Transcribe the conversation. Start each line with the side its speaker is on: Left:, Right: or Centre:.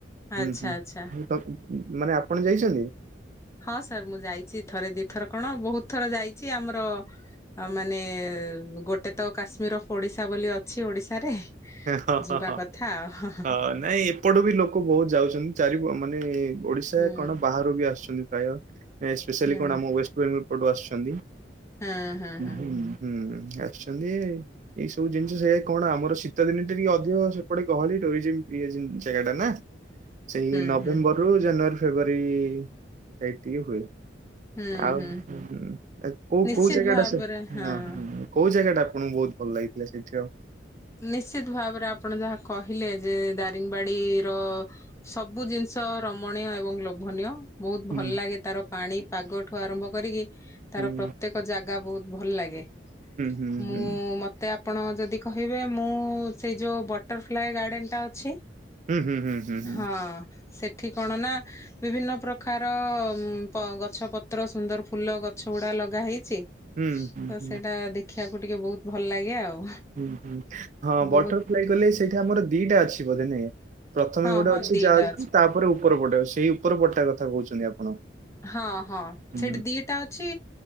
Right: ହୁଁ
Left: ଆଚ୍ଛା
Right: ହୁଁ।
Left: ଆଚ୍ଛା
Right: ମାନେ ଆପଣ ଯାଇଛନ୍ତି?
Left: ହଁ ସାର୍ ମୁଁ ଯାଇଛି ଥରେ ଦି ଥର କଣ ବହୁତ ଥର ଯାଇଛି ଆମର ଆ ମାନେ ଗୋଟେ ତ କାଶ୍ମୀର ଅଫ ଓଡିଶା ବୋଲି ଅଛି ଓଡିଶାରେ।
Right: ହେଁ ହଁ
Left: ଯିବା
Right: ହଁ
Left: କଥା ଆଉ
Right: ହଁ ନାଇଁ। ଏପଟୁ ବି ଲୋକ ବହୁତ ଯାଉଛନ୍ତି ଚାରି ମାନେ ଓଡିଶା
Left: ହୁଁ
Right: କଣ ବାହାରୁ ବି ଆସୁଛନ୍ତି ପ୍ରାୟ। ସ୍ପେସିୟାଲି
Left: ହୁଁ
Right: କଣ ଆମ ୱେଷ୍ଟବେଙ୍ଗଲ ପଟୁ ଆସୁଛନ୍ତି।
Left: ହଁ ହଁ ହଁ
Right: ହୁଁ ଆସିଛନ୍ତି ଏଇ ସବୁ ଜିନିଷ ସେଇା କଣ ଆମର ଶୀ ଶୀତ ଦିନି ଟିକେ ଅଧିକ ସେପଟେ ଗହଲି ରହଜିନ ପିଇଜିନ ଜାଗାଟା ନା? ସେଇ
Left: ହୁଁ
Right: ନଭେମ୍ବରରୁୁ
Left: ହୁଁ
Right: ଜାନୁଆରୀ ଫେବୃଆରୀ ସେଇ ଟିକି ହୁଏ।
Left: ହୁଁ
Right: ଆଉ
Left: ହୁଁ
Right: କୋଉ
Left: ନିଶ୍ଚିତ
Right: କୋଉ ଜାଗା
Left: ଭାବରେ
Right: ଟା ସେ
Left: ହଁ
Right: ଅହଁ। କୋଉ ଜାଗାଟା ଆପଣଙ୍କୁ ବହୁତ ଭଲ ଲାଗିଥିଲା ସେଇଠି ଆଉ?
Left: ନିଶ୍ଚିତ ଭାବରେ ଆପଣ ଯାହା କହିଲେ ଯେ ଦାରିଙ୍ଗବାଡି ର। ସବୁ ଜିନିଷ ରମଣୀୟ ଏବଂ ଲୋଭନୀୟ। ବହୁତ
Right: ହୁଁ
Left: ଭଲ ଲାଗେ ତାର ପାଣି ପାଗଠୁ ଆରମ୍ଭ କରିକି ତାର
Right: ହୁଁ
Left: ପ୍ର ତେକ ଜାଗା ବହୁତ ଭଲ ଲାଗେ
Right: ହୁଁ
Left: ମୁଁ
Right: ହୁଁ
Left: ମତେ ଆପଣ ଯଦି କହିବେ ମୁଁ ସେଇ ଯୋଉ ବଟରଫ୍ଲାଏ ଗାର୍ଡ଼େନଟା ଅଛି।
Right: ହୁଁ ହୁଁ ହୁଁ ହୁଁ ହୁଁ।
Left: ହଁ ସେଠି କଣ ନା ବିଭିନ୍ନ ପ୍ରକାର ଵ ଗଛ ପତ୍ର ସୁନ୍ଦର ଫୁଲ ଗଛ ଗୁଡା ଲଗା ହେଇଛି।
Right: ହୁଁ ହୁଁ
Left: ତ
Right: ହୁଁ
Left: ସେଇଟା
Right: ହୁଁ
Left: ଦେଖିବାକୁ ଟିକେ ବହୁତ ଭଲ ଲାଗେ ଆଉ।
Right: ହୁଁ ହଁ
Left: ବହୁତ
Right: ବଟରଫ୍ଲାଇ କଲେ ସେଇଟା ଆମର ଦିଟା ଅଛି ବୋଧେ ନାଇଁ। ପ୍ରଥମେ
Left: ହଁ
Right: ଗୋଟେ
Left: ହଁ
Right: ଅଛି
Left: ଦିଟା
Right: ଯାହା ଅଛି ତାପରେ ଉପର ପଟେ ସେଇ ଉପର ପଟ ଟା କଥା କହୁଛନ୍ତି ଆପଣ?
Left: ହଁ ହଁ
Right: ହୁଁ
Left: ସେଠି ଦିଟା ଅଛି।